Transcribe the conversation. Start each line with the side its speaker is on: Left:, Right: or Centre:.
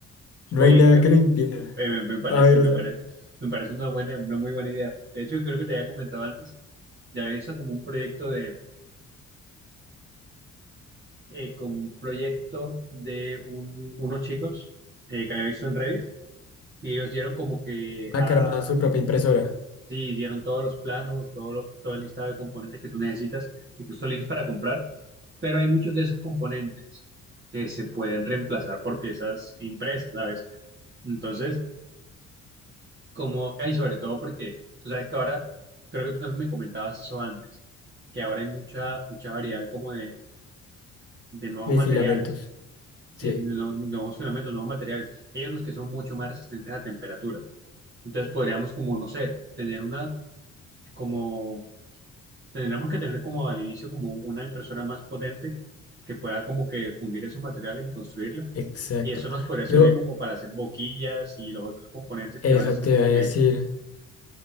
Left: no
Right: Oye,
Left: hay nada
Right: ¿qué-
Left: que lo impida.
Right: Eh, me, me parece,
Left: A ver,
Right: me
Left: o sea,
Right: parece, me parece una buena, una muy buena idea. De hecho, creo que te había comentado antes, ya había visto como un proyecto de, eh, como un proyecto de un- unos chicos eh, que había visto en Reddit y ellos dieron como que,
Left: Acarman
Right: ah,
Left: su propia impresora
Right: sí, dieron todos los planos, todo, lo- todo el listado de componentes que tú necesitas, incluso links para comprar, pero hay muchos de esos componentes que se pueden reemplazar por piezas impresas, ¿sabes? Entonces, como, y sobre todo porque tú sabes que ahora, creo que tú también me comentabas eso antes, que ahora hay mucha, mucha variedad como de, de nuevos
Left: de
Right: materiales,
Left: filamentos.
Right: sí,
Left: Sí,
Right: de no- nuevos filamentos, nuevos materiales. Hay unos que son mucho más resistentes a temperatura. Entonces podríamos como, no sé, tener una, como, tendríamos que tener como al inicio como una impresora más potente que pueda como que fundir esos materiales y construirla.
Left: exacto.
Right: Y eso nos podría servir
Left: Yo,
Right: como para hacer boquillas y los otros componentes
Left: eso
Right: que van a ser
Left: te
Right: como
Left: iba a decir.
Right: que,